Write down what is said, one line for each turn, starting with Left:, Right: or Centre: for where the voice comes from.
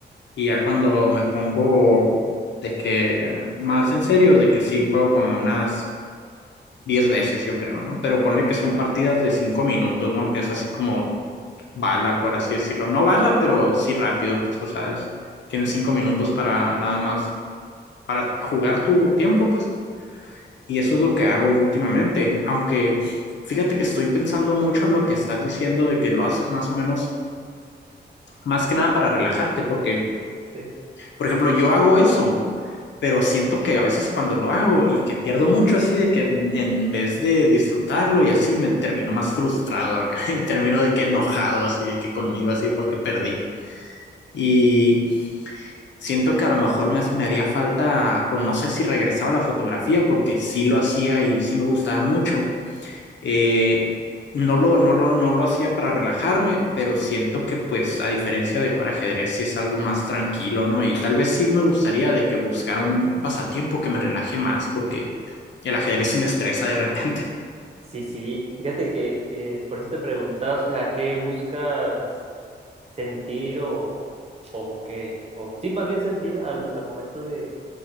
Left: Y ya cuando me pongo de que más en serio, de que sí juego como unas 10 veces, yo creo, ¿no? Pero ponle que son partidas de 5 minutos, ¿no? Que es así como bala, por así decirlo. No bala, pero sí rápido, pues, o sabes, tienes 5 minutos para nada más, para jugar tu tiempo, pues. Y eso es lo que hago últimamente, aunque fíjate que estoy pensando mucho en lo que estás diciendo de que lo haces más o menos, más que nada para relajarte, porque,
Right: sí.
Left: por ejemplo, yo hago eso pero siento que a veces cuando lo hago y que pierdo mucho así de que en, en vez de disfrutarlo y así me termino más frustrado acá <laughs> y termino de
Right: Sí,
Left: que enojado así de que conmigo así porque perdí y siento que a lo mejor me, me haría falta o no sé si regresar a la fotografía porque sí lo hacía y sí me gustaba mucho eh, no lo, no lo, no lo hacía para relajarme, pero siento que pues a diferencia de jugar ajedrez sí es algo más tranquilo, ¿no? Y tal vez sí me gustaría de que buscar un pasatiempo que me relaje más porque el ajedrez <laughs> sí me estresa de repente.
Right: sí, sí. Fíjate que eh, por eso te preguntaba, o sea, ¿qué buscas sentir o, o qué? O, sí, más bien sentir al, al momento de,